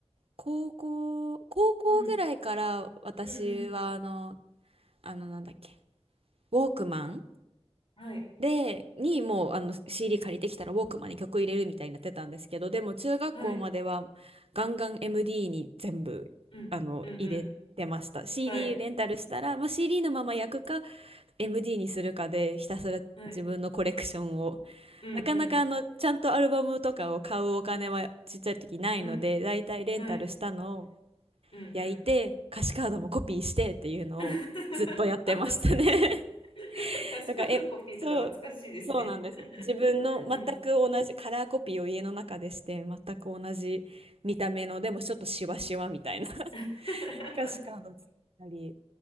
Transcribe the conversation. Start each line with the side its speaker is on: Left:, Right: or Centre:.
Right: 高校、高校ぐらいから私はあの、
Left: うん、うん、うん。
Right: あのなんだっけ、ウォークマン
Left: はい、
Right: で、にもうあの CD 借りてきたらウォークマンに曲入れるみたいになってたんですけど、でも中学校まではガンガン
Left: はい、
Right: MD に全部あの入れてました。
Left: うん、うん、うん。
Right: CD
Left: はい、
Right: レンタルしたら、まあ、CD のまま焼くか MD にするかでひたすら自分のコレクションを
Left: はい、うん、
Right: なかなかあの、
Left: う
Right: ちゃんとアルバムとかを買うお金はちっちゃい時ないので、
Left: ん、
Right: だいたいレンタルしたのを
Left: うん、はい、うん、
Right: 焼いて、
Left: うん。
Right: 歌詞カードもコピーしてっていうのをずっとやってましたね。
Left: <laughs> あ、懐かしい。<laughs>
Right: <laughs>
Left: 歌詞カードコピーとか懐かしいですね。
Right: だから、え、そう、そうなんですよ。
Left: <laughs>
Right: 自分の全く同じカラーコピーを家の中でして、
Left: うん。
Right: 全く同じ見た目の、でもちょっとシワシワみたいな <laughs>
Left: <laughs>
Right: 歌詞カード作ったり